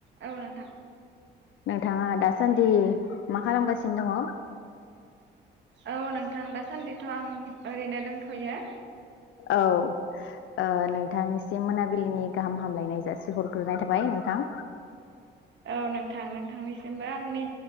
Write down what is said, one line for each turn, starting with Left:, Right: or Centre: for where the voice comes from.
Right: औ नोंथां।
Left: नोंथाङा दासान्दि मा खालामगासिनो दङ?
Right: औ नोंथां दासान्दिथ' आं ओरैनो दोंथ'यो।
Left: औ ओ नोंथांनिसिम मोनाबिलिनि गाहाम हामलायनाय जासि हरग्रोनाय थाबाय नोंथां।
Right: औ नोंथां नों थांनिसिमबो आंनि